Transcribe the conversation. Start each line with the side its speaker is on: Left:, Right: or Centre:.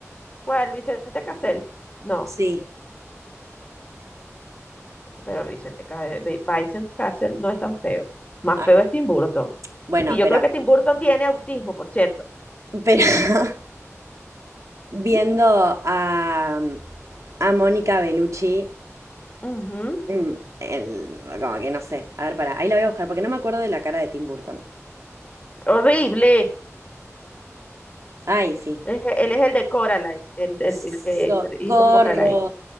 Left: ¿cuál? Vicente Cassel No,
Right: Sí.
Left: pero Vicente, Ca- Vi- Vincent Castle no es tan feo. Más
Right: Ay,
Left: feo es Tim Burton.
Right: bueno,
Left: Y yo
Right: pero,
Left: creo que Tim Burton tiene autismo, por cierto.
Right: pero <laughs> viendo a, a Mónica Bellucci,
Left: Ujú.
Right: mm, el- como que no sé. A ver, pará, ahí la voy a buscar porque no me acuerdo de la cara de Tim Burton.
Left: Horrible.
Right: Ay, sí.
Left: Es- Él es el de Coraline, el, el-
Right: Socorro.
Left: el que hizo Coraline.